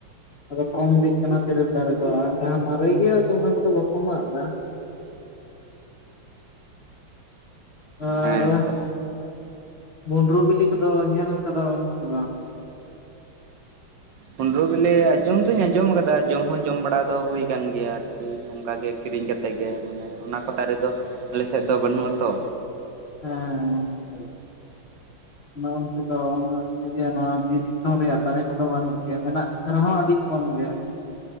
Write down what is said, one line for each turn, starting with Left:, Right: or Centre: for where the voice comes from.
Left: ᱟᱫᱚ ᱠᱚᱢ ᱤᱫᱤᱜ ᱠᱟᱱᱟ ᱛᱤᱨᱤᱞ ᱫᱟᱨᱮ ᱫᱚ ᱡᱟᱦᱟᱸ ᱢᱟᱨᱮ ᱜᱮᱭᱟ ᱚᱱᱟ ᱠᱚᱫᱚ ᱵᱟᱠᱚ ᱢᱟᱜ ᱫᱟ᱾ ᱟᱨᱻ
Right: ᱦᱮᱸ ᱛᱚ
Left: ᱢᱩᱸᱰᱨᱩ ᱵᱤᱞᱤ ᱠᱚᱫᱚ ᱧᱮᱞ ᱠᱟᱫᱟ ᱵᱮᱱ ᱥᱮ ᱵᱟᱝ?
Right: ᱢᱩᱱᱰᱨᱳ ᱵᱤᱞᱤ ᱟᱸᱡᱚᱢ ᱫᱩᱧ ᱟᱸᱡᱚᱢ ᱟᱠᱟᱫᱟ ᱡᱚᱢ ᱦᱚᱸ ᱡᱚᱢ ᱵᱟᱲᱟ ᱫᱚ ᱦᱩᱭ ᱟᱠᱟᱱ ᱜᱮᱭᱟ ᱟᱨᱠᱤ᱾ ᱚᱝᱱᱠᱟ ᱜᱮ ᱠᱤᱨᱤᱧ ᱠᱟᱛᱮᱫ ᱜᱮ ᱢᱟᱱᱮ ᱚᱱᱟ ᱠᱚ ᱫᱟᱨᱮ ᱫᱚ ᱟᱞᱮ ᱥᱮᱫ ᱫᱚ ᱵᱟᱹᱱᱩᱜ-ᱟ ᱛᱚ᱾
Left: ᱦᱮᱸ-ᱦᱮᱸ-ᱦᱮᱸ <inaudible> ᱚᱱᱮ ᱚᱱᱛᱮ ᱫᱚ ᱚᱱᱮ ᱤᱭᱟᱹ ᱱᱚᱣᱟ ᱵᱤᱨ ᱫᱤᱥᱚᱢ ᱨᱮᱭᱟᱜ ᱫᱟᱨᱮ ᱠᱚ ᱫᱚ ᱵᱟᱹᱱᱩᱜ ᱜᱮᱭᱟ ᱢᱮᱱᱟᱜ ᱨᱮ ᱦᱚᱸ ᱟᱹᱰᱤ ᱠᱚᱢ ᱜᱮᱭᱟ᱾